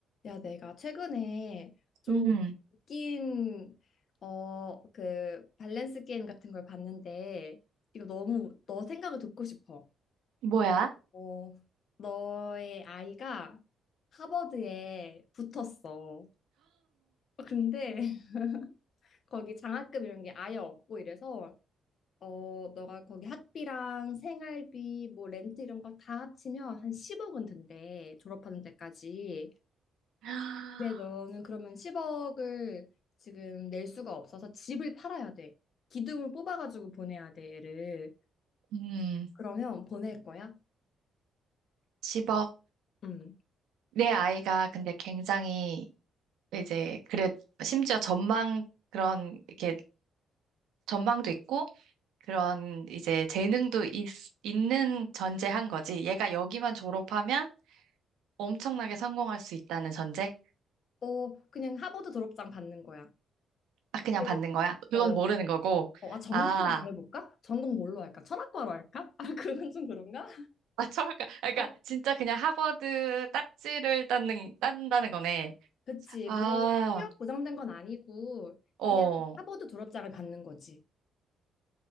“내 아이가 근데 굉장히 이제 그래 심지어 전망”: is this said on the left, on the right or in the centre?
Right